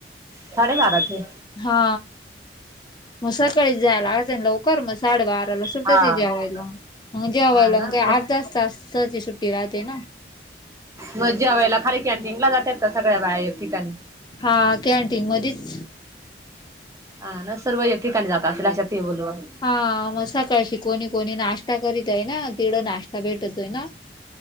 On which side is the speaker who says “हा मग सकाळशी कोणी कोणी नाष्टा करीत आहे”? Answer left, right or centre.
Left